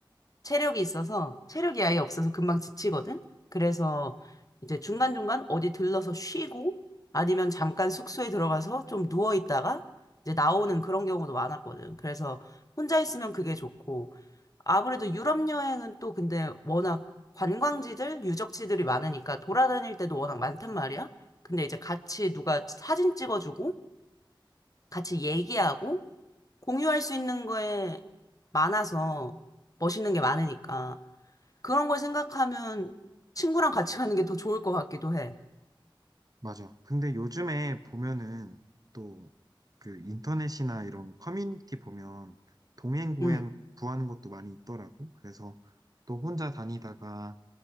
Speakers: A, on the left (about 40°); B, on the right (about 45°).
A: 체력이 있어서 체력이 아예 없어서 금방 지치거든. 그래서 이제 중간중간 어디 들러서 쉬고 아니면 잠깐 숙소에 들어가서 좀 누워 있다가 이제 나오는 그런 경우도 많았거든. 그래서 혼자 있으면 그게 좋고 아무래도 유럽 여행은 또 근데 워낙 관광지들, 유적지들이 많으니까 돌아다닐 때도 워낙 많단 말이야. 근데 이제 같이 누가 사진 찍어주고 같이 얘기하고 공유할 수 있는 거에 많아서 멋있는 게 많으니까. 그런 걸 생각하면 친구랑 같이 가는 게 더 좋을 것 같기도 해.
B: 맞아. 근데 요즘에 보면은 또 그 인터넷이나 이런 커뮤니티 보면 동행 구한,
A: 음.
B: 구하는 것도 많이 있더라고. 그래서 또 혼자 다니다가